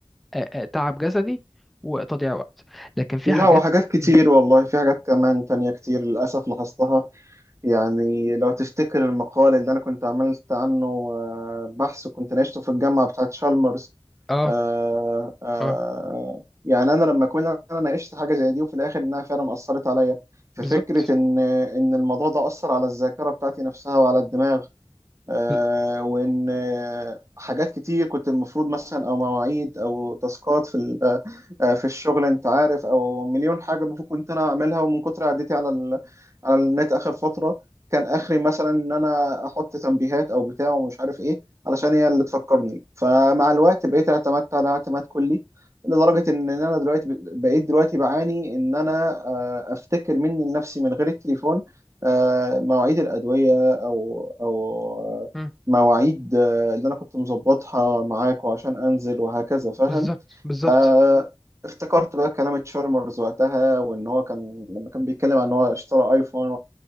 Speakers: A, in the centre; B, on the right.
A: آه، آه، تعب جسدي وتضييع وقت لكن في
B: لا
A: حاجات
B: وحاجات كتير
A: مم.
B: والله في حاجات كمان تانية كتير للأسف لاحظتها يعني لو تفتكر المقال اللي أنا كنت عملت عنه آه، بحث وكنت ناقشته في الجامعة بتاعت شالمرز
A: اه
B: آه، آه،
A: اه
B: يعني أنا لما أكون أنا ناقشت حاجة زي دي وفي الآخر إنها فعلا أثرت عليا في
A: بالظبط
B: فكرة إن إن الموضوع ده أثر على الذاكرة بتاعتي نفسها وعلى الدماغ آه،
A: ب-
B: وان آه، حاجات كتير كنت المفروض مثلا او مواعيد او تاسكات في ال- آه، في الشغل انت عارف او مليون حاجه المفروض كنت انا اعملها ومن كتر عدتي على ال... على النت اخر فتره كان اخري مثلا ان انا احط تنبيهات او بتاع ومش عارف ايه علشان هي اللي تفكرني فمع الوقت بقيت اعتمدت على اعتماد كلي لدرجه ان انا دلوقتي ب- بقيت دلوقتي بعاني ان انا آه، افتكر مني لنفسي من غير التليفون آه، مواعيد الادويه او او
A: مم.
B: مواعيد آه، اللي انا كنت مظبطها معاك وعشان انزل وهكذا فاهم
A: بالظبط بالظبط
B: فافتكرت بقى كلام تشارمرز وقتها وان هو كان لما كان بيتكلم عن ان هو اشترى ايفون